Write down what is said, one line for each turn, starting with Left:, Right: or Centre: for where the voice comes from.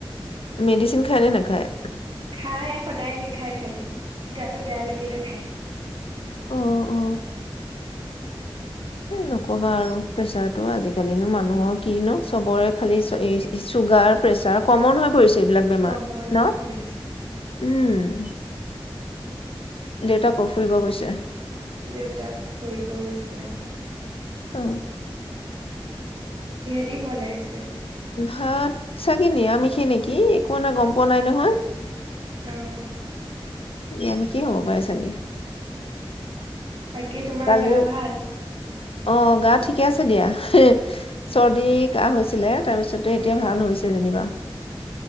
Left: medicine খায় নে নাখায়?
Right: খাই, সদায় নেখায় খালি। গাটো বেয়া লাগিলে খায়।
Left: অ অ এ নকবা আৰু, প্ৰেচাৰতো আজিকালিনো মানুহৰ কি ন! চবৰে খালি এই চুগাৰ, প্ৰেচাৰ, কমন হৈ পৰিছে এইবিলাক বেমাৰ
Right: কমন
Left: ন
Right: হৈ পৰিছে
Left: উম দেউতাকো ফুৰিব গৈছে
Right: দেউতা ফুৰিব গৈছে অ
Left: উ
Right: দি বনাইছে
Left: ভাত চাগে নি আমিষি নেকি একো নাই গম পোৱা নাই নহয়
Right: উম
Left: এ এনেকেই হ'ব পাৰে চাগে
Right: বাকী তোমাৰ
Left: কালি
Right: গা ভাল
Left: অ গা ঠিকে আছে দিয়া চৰ্দি কাহ হৈছিলে। তাৰপিছতে এতিয়া
Right: উম,
Left: ভাল হৈছে যেনিবা।